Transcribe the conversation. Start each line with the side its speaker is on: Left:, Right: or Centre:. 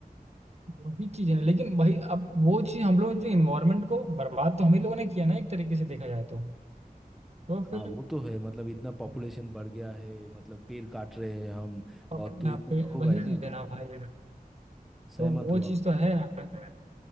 Right: वही चीज है लेकिन वही अब वो चीज हम लोग जो इन्वायरमेंट को बर्बाद तो हम ही लोगों ने किया ना एक तरीके से देखा जाए तो तो फिर
Centre: हाँ वो तो है मतलब इतना पॉपुलेशन बढ़ गया है मतलब पेड़ काट रहे हैं हम
Right: अपने
Centre: और तो
Right: आप
Centre: इतना
Right: पे
Centre: तो होगा
Right: वही
Centre: ही
Right: चीज
Centre: ना
Right: है ना भाई
Centre: सहमत
Right: तो वो
Centre: हूँ आपसे
Right: चीज तो है ना भाई